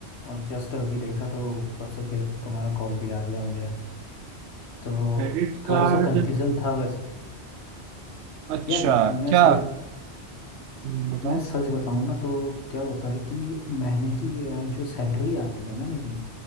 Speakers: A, on the left; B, on the right.
A: और जस्ट अभी देखा तो ऊपर से फिर तुम्हारा कॉल भी आ गया मुझे तो
B: Credit card
A: थोड़ा सा कंफ्यूजन था वैसे
B: अच्छा
A: यार मैं
B: क्या
A: सच
B: हम्म, बताओ
A: मैं सच बताऊं ना तो क्या होता है कि महीने की अ, जो सैलरी आती है ना मेरी